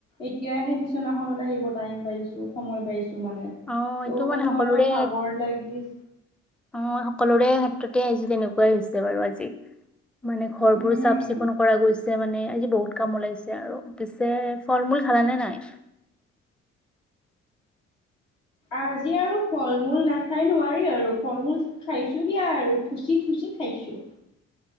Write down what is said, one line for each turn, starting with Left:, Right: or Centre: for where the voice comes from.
Left: এতিয়া সেই বিচনাখনত আহিব টাইম পাইছো সময় পাইছো মানে।
Centre: অ এইটো
Left: ত' মানে
Centre: সকলোৰে
Left: অলপ ভাগৰ লাগি -
Centre: অ সকলোৰে ক্ষেত্ৰতে আজি তেনেকুৱাই হৈছে বাৰু আজি। মানে ঘৰ
Left: উম,
Centre: বোৰ চাফ চিকুণ কৰা গৈছে মানে আজি বহুত কাম ওলাইছে আৰু। পিছে ফল মূল খালানে নাই?
Left: আজি আৰু ফল মূল না- খাই নোৱাৰি আৰু ফল মূল খাইছোঁ দিয়া আৰু থুচি থুচি খাইছোঁ।